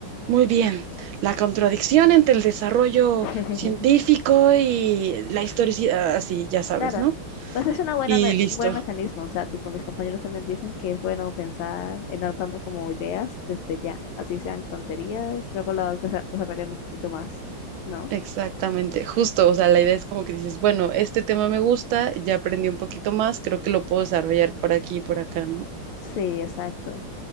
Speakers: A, on the right; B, on the left.
A: muy bien, la contradicción entre el desarrollo
B: <laughs>
A: científico y la historicidad, así, ya sabes,
B: Claro,
A: ¿no?
B: pues es una buena
A: Y
B: me-
A: listo,
B: buen mecanismo, o sea, tipo mis compañeros también dicen que es bueno pensar en adoptando como ideas desde ya, así sean tonterías, luego las desa- desarrollan un poquito más, ¿no?
A: exactamente, justo, o sea, la idea es como que dices, bueno, este tema me gusta, ya aprendí un poquito más, creo que lo puedo desarrollar por aquí y por acá, ¿no?
B: Sí, exacto.